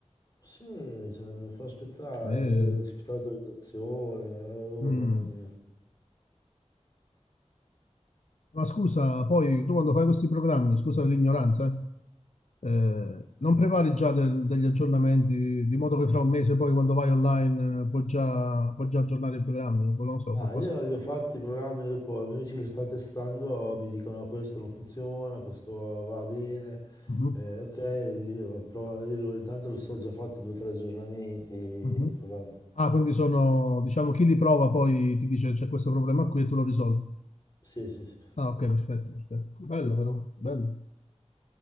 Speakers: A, on the left; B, on the left.
A: Sì, cioè, fa aspettare,
B: Eh,
A: te- aspettare l'autorizzazione, eh, oh,
B: mm.
A: mamma mia.
B: Ma scusa, poi tu quando fai questi programmi, scusa l'ignoranza, eh, eh, non prepari già del- degli aggiornamenti di modo che fra un mese poi quando vai online eh, puoi già, puoi già aggiornare i programmi, non lo so,
A: Ah,
B: qualcosa.
A: io li ho fatti i programmi dopo, i miei amici che li stanno testando oh, mi dicono "No, questo non funziona, questo va bene,
B: Mm-hmm.
A: Eh, ok, io, provo- io lo- intanto lo sto già fatto due o tre aggiornamenti di
B: Mhm.
A: programma.
B: Ah, quindi sono, diciamo, chi li prova poi ti dice c'è questo problema qui e tu lo risolvi.
A: Sì, sì, sì.
B: Ah, ok, perfetto, perfetto. Bello, però, bello,